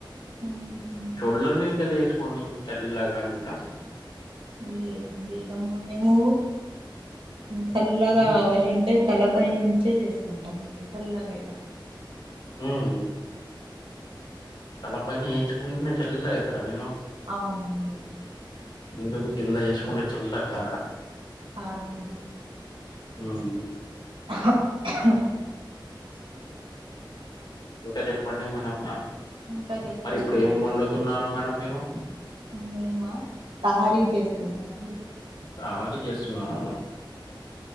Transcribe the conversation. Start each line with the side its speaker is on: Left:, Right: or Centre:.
Right: ఉమ్,
Left: షోల్డర్ మీదకిళ్ళిసు పుని తెల్లగా ఇంకా
Right: లేదండి ఇమ్ మేము చల్లగా
Left: హ్మ్.
Right: కావాలి అంటే తలపైని నుంచే తీసుకుంటాం చల్లగా అయితం
Left: ఉహు తలపై నుంచే వేర్చుకుంటేనే చల్లగా అతారా మీరు
Right: అవునండి
Left: ఎందుకు కింద వేసుకుంటే చల్లకార
Right: కారండి
Left: ఉహు
Right: ఆహా అహ్
Left: హ ఇంకా చెప్పండి మేడమ్
Right: ఇంకా చెప్పాలి
Left: మరి ఇప్పుడు
Right: సార్
Left: ఏం వండుతున్నారు
Right: మీరు
Left: మేడం మీరు
Right: మేమా తహారీ చేస్తున్నాండి
Left: తహారు చేస్తున్నారా